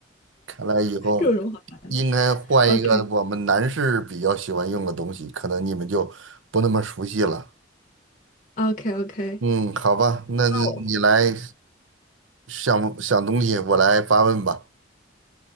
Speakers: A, on the right; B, on the left.
A: 看来以后
B: 这有什么好
A: 应该换一个我们男士比较喜欢用的东西，
B: ？OK。
A: 可能你们就不那么熟悉了。
B: OK OK，
A: 嗯，好吧，那你来
B: 那我
A: 想想东西，我来发问吧。